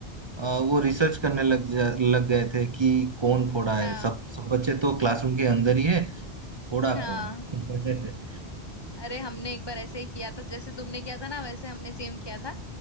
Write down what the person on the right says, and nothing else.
आ, वो रिसर्च करने लग जा लग गए थे कि कौन फोड़ा
है सब सब बच्चे तो क्लासरूम के अंदर ही है फोड़ा
कौन <laughs>